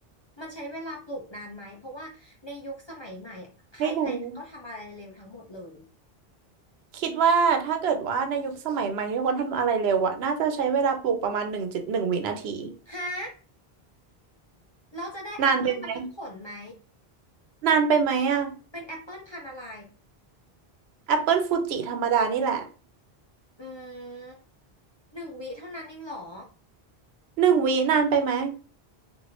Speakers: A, on the left; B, on the right.
A: มันใช้เวลาปลูกนานไหมเพราะว่าในยุคสมัยใหม่อะใครใครก็ทำอะไรเร็วทั้งหมดเลย
B: ไม่รู้คิดว่าถ้าเกิดว่าในยุคสมัยใหม่ที่คนทำอะไรเร็วอะน่าจะใช้เวลาปลูกประมาณหนึ่งจุดหนึ่งวินาที
A: ฮะเราจะได้แอปเปิลมาทั้งผลไหม
B: นานไปไหมนานไปไหมอะ
A: เป็นแอปเปิลพันธุ์อะไร
B: แอปเปิลฟูจิธรรมดานี่แหละ
A: อืมหนึ่งวิเท่านั้นเองเหรอ
B: หนึ่งวินานไปไหม